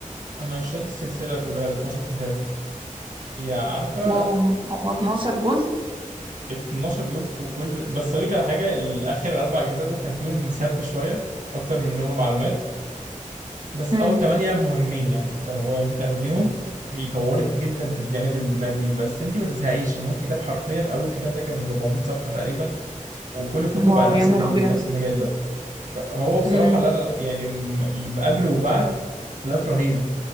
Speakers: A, on the right; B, on the right.
A: انا اشتريت السلسله كلها ال 12 كتاب هي عارفه
B: واو هم 12 جزء
A: 12 جزء وكل بس اقول لك على حاجه الاخر اربع اجزاء دول كان فيهم سف شويه اكتر من انهم معلومات بس
B: امم
A: اول ثمانيه مهمين يعني فهو انت تاخديهم هيطورك جدا في الجانب المادي بس انت ما تزهقيش ان هو الكتاب حرفيا اول كتاب ده كان 400 صفحه تقريبا وكل كتب
B: واو
A: على نفس
B: يا نهار
A: ال-
B: ابيض
A: نفس المجال ده فهو بصراحه
B: امم
A: لا لا لا، يعني م- اللي قبله وبعد اختلاف رهيب